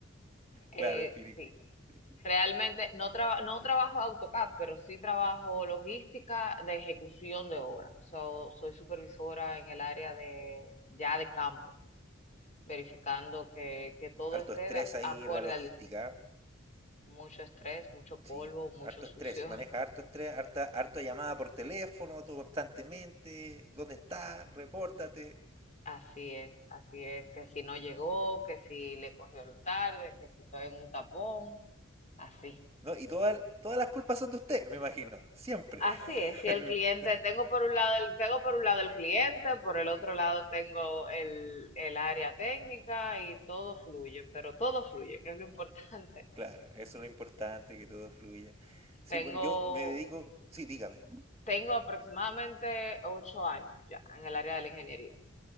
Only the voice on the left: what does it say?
Eh,
sí,
realmente no, traba- no trabajo AutoCAD, pero sí trabajo logística de ejecución de obra. So, soy supervisora en el área de ya de campo, verificando que, que todo
esté
de ac-
acorde
al diseño. Mucho estrés, mucho polvo,
mucho
sucio,
Así es, así es, que si no llegó, que si le cogió lo tarde, que si estoy en un tapón, así.
Así es, y
el cliente, tengo por un lado el, tengo por un lado el cliente, por el otro lado tengo el, el área técnica y todo fluye, pero todo fluye, que es lo importante.
<laughs> Tengo,
tengo aproximadamente ocho años ya en el área de la ingeniería.